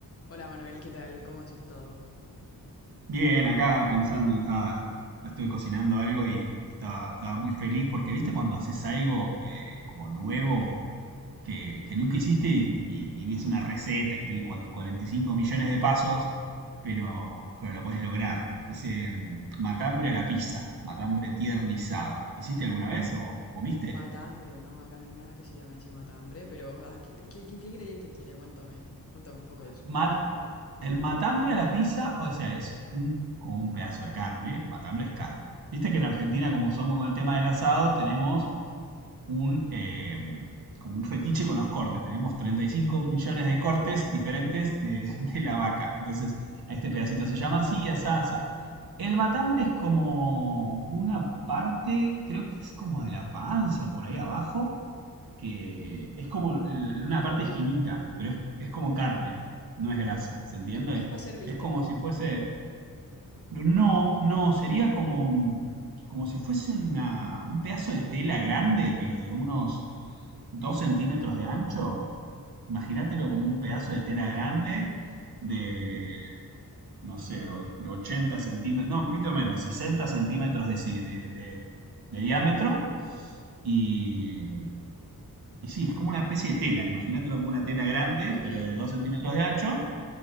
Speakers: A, on the left; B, on the right.
A: Hola Manuel, ¿qué tal? ¿Cómo has estado?
B: Bien, acá pensando, estaba, estuve cocinando algo y estaba, estaba muy feliz porque, viste, cuando haces algo eh, como nuevo que, que nunca hiciste y, y- y ves una receta que tiene cua- 45 millones de pasos, pero, pero lo podés lograr. Hice mm, matambre a la pizza, matambre tiernizado. ¿Hiciste alguna vez o comiste?
A: Matambre, ¿no? Acá no hay nada que se llame así matambre, pero ah, ¿qué, qué- qué ingredientes tiene? Cuéntame, cuéntame un poco de eso.
B: Mat- el matambre a la pizza, o sea, es un, como un pedazo de carne. Matambre es carne. Viste que en Argentina, como somos con el tema del asado, tenemos un, eh, como un fetiche con los cortes. Tenemos 35 millones de cortes diferentes de, <laughs> de la vaca. Entonces, a este pedacito se llama así, asa, asa. El matambre es como una parte, creo que es como de la panza o por ahí abajo, que es como l- una parte finita, pero es, es como carne, no es grasa, ¿se entiende?
A: Es, es para hacer bistec,
B: Es como
A: ¿no?
B: si fuese, no, no, sería como, como si fuese una, un pedazo de tela grande, pero de unos 2 centímetros de ancho, imagínatelo como un pedazo de tela grande de, no sé, o- de 80 centímetros, no, un poquito menos, 60 centímetros de, sí de- de- de diámetro. Y, y sí, es como una especie de tela, imagínatelo como una tela grande,
A: Ok,
B: pero de 2 centímetros de ancho,